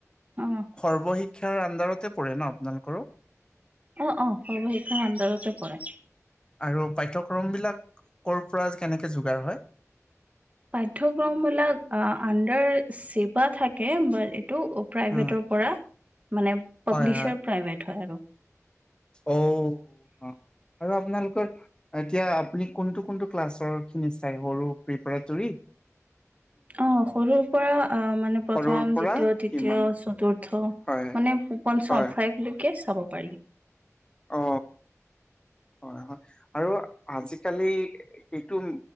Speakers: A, on the right (about 25°); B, on the left (about 15°).
A: অ',
B: সৰ্বশিক্ষাৰ আণ্ডাৰতে পৰে ন আপোনালোকৰো?
A: অ অ সৰ্বশিক্ষাৰ আণ্ডাৰতে পৰে।
B: আৰু পাঠ্যক্ৰম বিলাক ক'ৰ পৰা কেনেকে যোগাৰ হয়?
A: পাঠ্যক্ৰম বিলাক আণ্ডাৰ ছেবা থাকে বা ই টো প্ৰাইভেটৰ
B: উম,
A: পৰা মানে পাব্লিচাৰ
B: হয়, হয়,
A: প্ৰাইভেট হয় আৰু।
B: অ অ আৰু আপোনালোকৰ এতিয়া আপুনি কোনটো কোনটো ক্লাছৰ খিনি চাই সৰু প্ৰিপেটোৰি?
A: অ সৰুৰ পৰা আহ মানে প্ৰথম
B: সৰুৰ পৰা
A: দ্বিতীয়, তৃতীয়,
B: কিমান?
A: চতুৰ্থ
B: হয়,
A: মানে পঞ্চম
B: হয়।
A: ফাইভলৈকে চাব পাৰি।
B: অ। হয় হয় আৰু আজিকালি এইটো